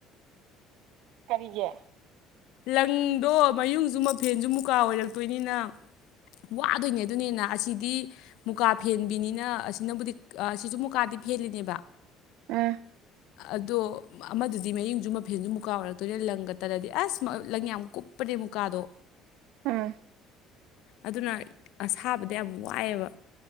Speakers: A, on the right; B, on the left.
A: ꯀꯔꯤꯒꯤ
B: ꯂꯪꯗꯣ ꯃꯌꯨꯡꯁꯨ ꯃꯐꯦꯟꯁꯨ ꯃꯨꯀꯥ ꯑꯣꯏꯔꯛꯇꯣꯏꯅꯤꯅ ꯋꯥꯗꯣꯏꯅꯦ ꯑꯗꯨꯅ ꯍꯦꯟꯅ ꯑꯁꯤꯗꯤ ꯃꯨꯀꯥ ꯐꯦꯟꯕꯤꯅꯤꯅ ꯑꯁꯤꯅꯕꯨꯗꯤ ꯑꯥ ꯁꯤꯁꯨ ꯃꯨꯀꯥꯗꯤ ꯐꯦꯜꯂꯤꯅꯦꯕ
A: ꯎꯝ
B: ꯑꯗꯣ ꯑꯃꯗꯨꯗꯤ ꯃꯌꯨꯡꯁꯨ ꯃꯐꯦꯟꯁꯨ ꯃꯨꯀꯥ ꯑꯣꯏꯔꯛꯇꯣꯏꯅꯤꯅ ꯂꯪꯒ ꯇꯠꯂꯗꯤ ꯑꯁ ꯂꯪ ꯌꯥꯝ ꯀꯨꯞꯄꯅꯦ ꯃꯨꯀꯥꯗꯣ
A: ꯎꯝ
B: ꯑꯗꯨꯅ ꯑꯁꯥꯕꯗ ꯌꯥꯝ ꯋꯥꯏꯑꯦꯕ